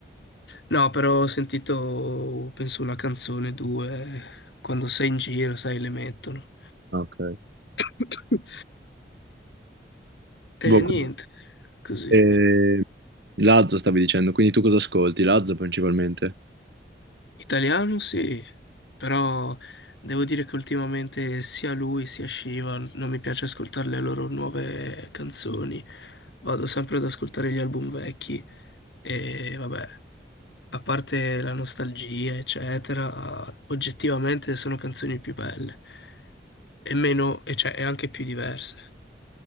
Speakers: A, on the left; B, on the right.
A: No, però ho sentito, penso, una canzone, due, quando sei in giro, sai, le mettono.
B: Ok.
A: <coughs>
B: Boh,
A: E niente, così.
B: e... Lazza stavi dicendo, quindi tu cosa ascolti? Lazza principalmente?
A: Italiano sì, però devo dire che ultimamente sia lui sia Shiva non mi piace ascoltare le loro nuove canzoni. Vado sempre ad ascoltare gli album vecchi E vabbè, a parte la nostalgia, eccetera, oggettivamente sono canzoni più belle e meno, e cioè, e anche più diverse.